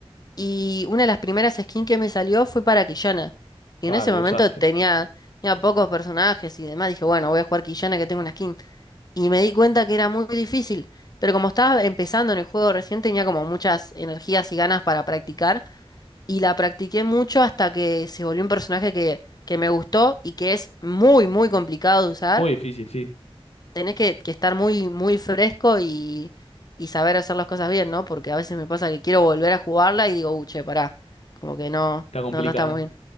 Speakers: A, on the left; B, on the left.
A: Y una de las primeras skins que me salió fue para Quillana. Y
B: Claro,
A: en ese
B: le
A: momento
B: usaste.
A: tenía, tenía pocos personajes y demás. Dije, bueno, voy a jugar Quillana que tengo una skin. Y me di cuenta que era muy difícil. Pero como estaba empezando en el juego recién, tenía como muchas energías y ganas para practicar. Y la practiqué mucho hasta que se volvió un personaje que, que me gustó y que es muy, muy complicado de usar
B: Muy difícil, sí.
A: tenés que, que estar muy, muy fresco y, y saber hacer las cosas bien, ¿no? Porque a veces me pasa que quiero volver a jugarla y digo, uche, pará. Como que no,
B: Está complicada.
A: no, no está muy bien.